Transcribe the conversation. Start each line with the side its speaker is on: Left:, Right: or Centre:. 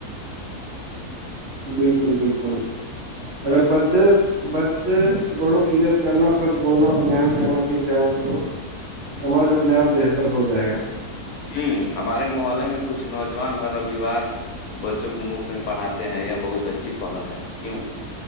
Right: بالکل بالکل اگر
Left: ہاں
Right: بچے بچے بڑوں کی عزت کرنا سچ بولنا محنت کرنا سیکھ جائیں تو سماج اپنے آپ بہتر ہو جائے گا
Left: ہوں ہمارے محلے میں کچھ نوجوان ہر رووار بچوں کو مفت میں پڑاتے ہیں یہ بہت اچھی پہل ہے کیوں